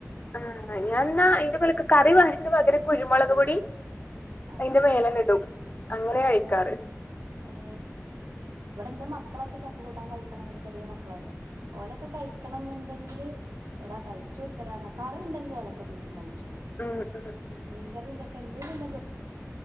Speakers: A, on the left; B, on the right.
A: ആഹ് ഞാൻ ഇന്നാ അയിന്റെ മേലെക്ക് കറിപാര്ന്ന പകരം കുരുമുളക് പൊടിം
B: ആഹ്
A: അയ്ന്റെ മേലെന്നെ ഇടും അങ്ങനെയാ
B: ഏ
A: കഴിക്കാറ്.
B: ഏ ഇവിടെ ഇന്റെ മക്കളൊക്കെ ചക്ക കൂട്ടാൻ കഴിക്കണ <unintelligible> ചെറിയ മക്കളല്ലെ. ഓലൊക്കെ കഴിക്കണന്ന്ണ്ടെങ്കില് എടാ കഴിച്ചോക്കിയെടാ പറഞ്ഞാ കറി ഇണ്ടെങ്കി ഓലെക്കെ പിന്നേം കഴിച്ചും
A: ഉം ഉം
B: മീൻകറി ഇതൊക്കെ ഇണ്ട്ന്ന്ണ്ടെങ്ക് ഓ